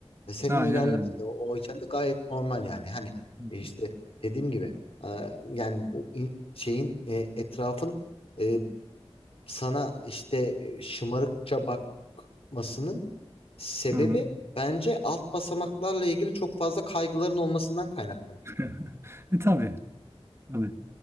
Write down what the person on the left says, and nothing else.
E, Senin
ilerlemen
de o, o içeride gayet normal yani. Hani
e, işte dediğim gibi e, yani bu in- şeyin e, etrafın e, sana işte e, şımarıkça bakmasının sebebi
bence alt basamaklarla ilgili çok fazla kaygıların olmasından kaynaklanıyor.